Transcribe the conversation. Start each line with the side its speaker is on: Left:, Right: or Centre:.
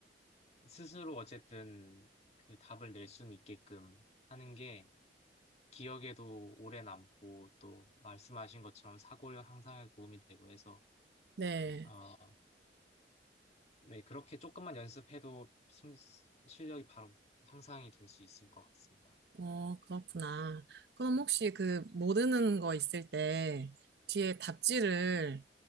Left: 스스로 어쨌든 그 답을 낼 수는 있게끔 하는 게, 기억에도 오래 남고 또 말씀하신 것처럼 사고 력 향상에 도움이 되고 해서
Right: 네.
Left: 어, 네, 그렇게 조금만 연습해도 심- 실력이 바로 향상이 될 수 있을 것 같습니다.
Right: 어, 그렇구나. 그럼 혹시 그 모르는 거 있을 때 뒤에 답지를